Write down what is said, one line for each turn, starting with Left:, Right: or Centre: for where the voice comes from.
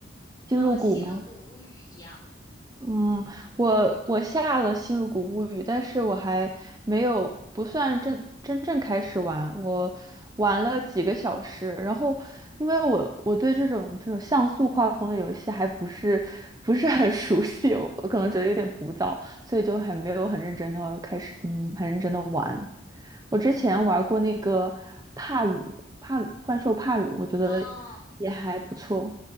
Right: 星露谷吗？
Left: 呃《星露谷物语》一样。
Right: 嗯，我我下了《星露谷物语》，但是我还没有不算真真正开始玩，我玩了几个小时，然后因为我我对这种这种像素画风的游戏还不是不是很 <laughs> 熟悉，我我可能觉得有点古早，所以就还没有很认真的开始，嗯，很认真的玩。我之前玩过那个帕鲁帕鲁幻兽帕鲁，我觉得
Left: 啊。
Right: 也还不错，